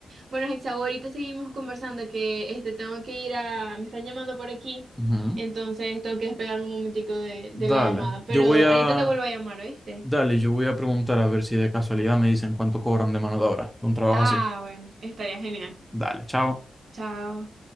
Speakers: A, on the right; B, in the centre.
A: Bueno, Hexago, ahorita seguimos conversando que este tengo que ir a, me están llamando por aquí,
B: Ujú.
A: entonces tengo que despegarme un momentico de, de
B: Dale,
A: la llamada, pero
B: yo voy
A: ahorita
B: a,
A: te vuelvo a llamar, ¿oíste?
B: dale, yo voy a preguntar a ver si de casualidad me dicen cuánto cobran de mano de obra de un trabajo
A: Ah,
B: así.
A: bueno, estaría genial.
B: Dale, chao.
A: Chao.